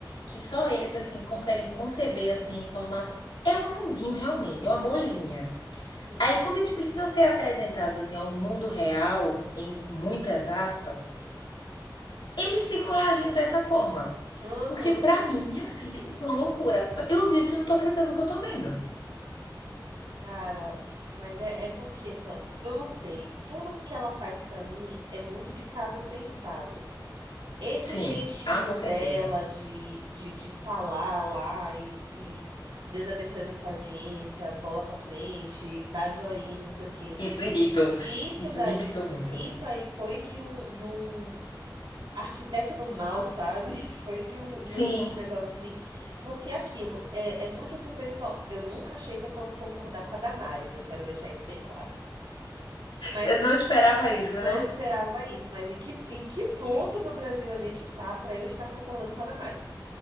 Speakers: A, on the left (about 80°); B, on the right (about 85°).
A: que só eles assim conseguem conceber assim a informação. É um mundinho realmente, é uma bolinha.
B: Sim.
A: Aí quando eles precisam ser apresentados assim ao mundo real, em muitas aspas, eles ficam reagindo dessa forma.
B: Aham,
A: Porque pra mim, minha filha, isso é uma loucura. Eu vi, eu disse, eu não tô acreditando no que eu tô vendo.
B: cara, mas é, é porque tam- eu não sei, tudo que ela faz pra mim é muito de caso pensado. Esse
A: Sim.
B: jeitinho
A: Ah, com
B: dela
A: certeza.
B: de, de, de falar lá e, e Deus abençoe nossa audiência, bola pra frente, dá joinha, não sei o quê.
A: Isso irritou.
B: Isso
A: Isso
B: daí,
A: me irritou muito.
B: isso aí foi de um, de um arquiteto do mal, sabe? <laughs> Foi de um, de
A: Sim,
B: um, de um negócio assim. Porque é aquilo é, é muito o que o pessoal. Eu nunca achei que eu fosse concordar com a Damares, eu quero deixar isso bem claro. Mas
A: eu não esperava isso,
B: não
A: né?
B: esperava isso. Mas em que, em que ponto do Brasil a gente tá pra eu estar concordando com a Damares?